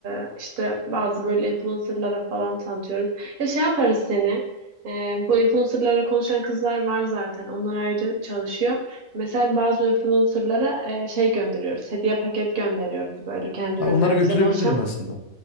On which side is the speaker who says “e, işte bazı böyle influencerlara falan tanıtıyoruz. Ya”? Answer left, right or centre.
Right